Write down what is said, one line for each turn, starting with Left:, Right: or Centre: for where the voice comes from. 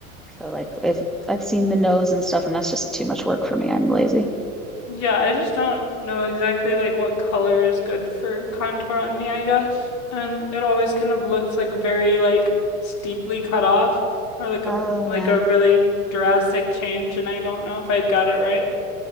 Centre: so like if i've seen the nose and stuff and that's just too much work for me i'm lazy
Left: Yeah, I just don't know exactly like what color is good for contour on me, I guess. And it always kind of looks like very like steeply cut off or like
Centre: oh
Left: a like
Centre: yeah
Left: a really drastic change and I don't know if I've got it right.